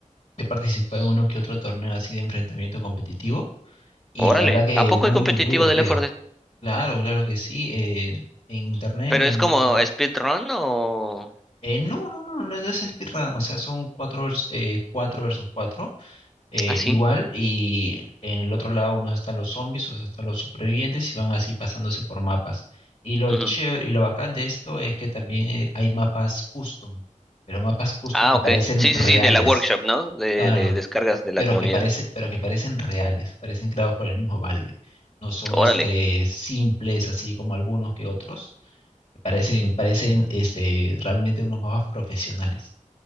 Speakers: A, on the left (about 50°); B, in the centre.
A: he participado en uno que otro torneo así de enfrentamiento competitivo y
B: Órale.
A: la verdad que
B: ¿A poco
A: muy,
B: hay competitivo
A: muy divertido.
B: de Left 4 Dead?
A: Claro, claro que sí. eh, en internet,
B: ¿Pero
A: en,
B: es como
A: en Yo-
B: speedrun o...?
A: eh, no, no, no, no, no es speedrun. O sea, son cuatro, vers- eh, cuatro versus cuatro. eh,
B: ¿Ah, sí?
A: igual, y en el otro lado unos están los zombies, otros están los supervivientes y van así pasándose por mapas. Y lo
B: Ujú.
A: chévere, y lo bacán de esto es que también eh, hay mapas custom, pero mapas custom
B: Ah,
A: que
B: ok.
A: parecen
B: Sí,
A: reales.
B: sí, sí, de la workshop, ¿no? De,
A: Claro
B: de descargas de la
A: pero
B: comunidad.
A: que parece, pero que parecen reales, parecen creados por el mismo Valve. No son
B: Órale.
A: este simples así como algunos que otros. Parecen, parecen este realmente unos mapas profesionales.